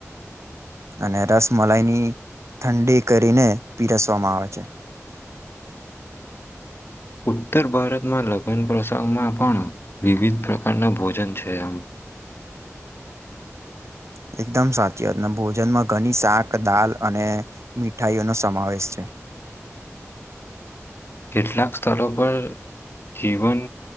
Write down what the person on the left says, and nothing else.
ઉત્તર ભારતમાં લગ્ન પ્રસંગમાં પણ વિવિધ પ્રકારના ભોજન છે આમ.
કેટલાક સ્થળો પર જીવન